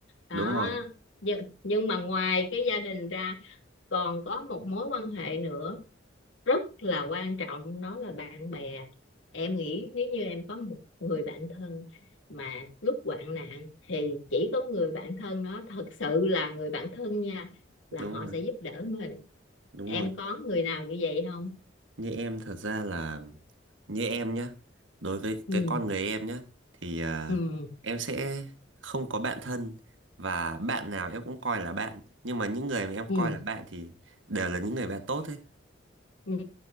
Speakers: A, on the left (about 85°); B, on the right (about 90°).
A: đó
B: đúng rồi
A: nhưng, nhưng mà ngoài cái gia đình ra còn có một mối quan hệ nữa rất là quan trọng đó là bạn bè em nghĩ nếu như em có một người bạn thân mà lúc hoạn nạn thì chỉ có người bạn thân đó thật sự là người bạn thân nha là
B: đúng
A: họ
B: rồi
A: sẽ giúp đỡ mình
B: đúng
A: em
B: rồi
A: có người nào như vậy không
B: như em thật ra là như em nhá đối với
A: ừ
B: cái con người em nhá thì à,
A: ừ
B: em sẽ không có bạn thân và bạn nào em cũng coi là bạn nhưng mà những người mà em
A: ừ
B: coi là bạn thì đều là những người bạn tốt ấy
A: ừ